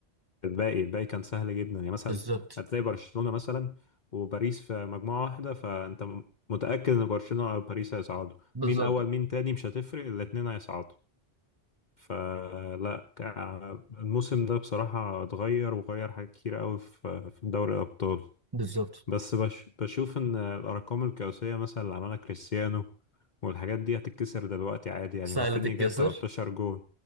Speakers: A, on the left (about 45°); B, on the right (about 25°).
A: للباقي الباقي كان سهل جدا يعني مثلا
B: بالظبط
A: هتلاقي برشلونة مثلا وباريس في مجموعة واحدة فأنت متأكد إن برشلونة أو باريس هيصعدوا
B: بالظبط
A: مين أول مين تاني مش هتفرق الاتنين هيصعدوا فلا كا- الموسم ده بصراحة اتغير وغير حاجات كتير قوي في في دوري الأبطال
B: بالظبط
A: بس بش بشوف إن الأرقام القياسية مثلا اللي عملها كريستيانو والحاجات دي هتتكسر دلوقتي عادي يعني
B: سهله
A: رافينيا
B: تتكسر
A: جاب 13 جون